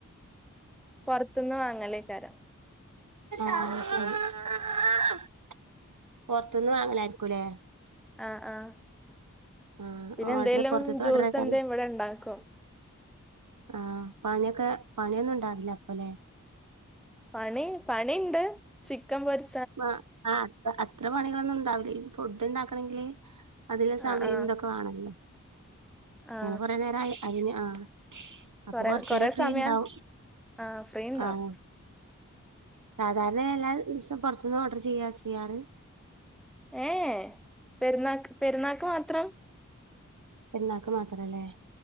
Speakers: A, in the centre; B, on the right.
A: പൊർത്ത്ന്ന് വാങ്ങലേക്കാരം.
B: ആഹ് പൊർത്ത്ന്ന് വാങ്ങലാരിക്കും ല്ലേ.
A: ആഹ് ആഹ്
B: ആ
A: പിന്നെന്തേലും
B: ഓർഡർ പൊറത്തത്തെ
A: ജ്യൂസ
B: ഓർഡറേക്കാരം
A: ന്തേം ഇവിടെ ണ്ടാക്കും.
B: ആഹ് പണിയൊക്കെ പണിയൊന്നുണ്ടാവില്ല പ്പോ ലേ.
A: പണി പണിണ്ട്. ചിക്കൻ പൊരി
B: മ ആഹ് അത്ര അത്ര പണികളൊന്നും ണ്ടാവില്ലി. ഫുഡ് ണ്ടാക്കണെങ്കില് അതിലും
A: ആ
B: സമയം
A: ആ
B: തൊക്കെ വാണല്ലോ.
A: ആ
B: അങ്ങനെ കൊറേ നേരഅയിന് ആഹ് അപ്പൊ
A: കൊറെ
B: കൊറച്ചേരം
A: കൊറെ
B: ഫ്രീ
A: സമയം
B: ണ്ടാവും.
A: ആ ഫ്രീ ഉണ്ടാവും
B: ആഹ് സാധാരണ എല്ലാ ദിവസം പൊറത്ത്ന്ന് ഓർഡർ ചെയ്യ ചെയ്യാറ്.
A: ഏഹ് ഏഹ്. പെരുന്നാക്ക് പെരുന്നാക്ക് മാത്രം.
B: പെരുന്നാക്ക് മാത്ര ല്ലേ.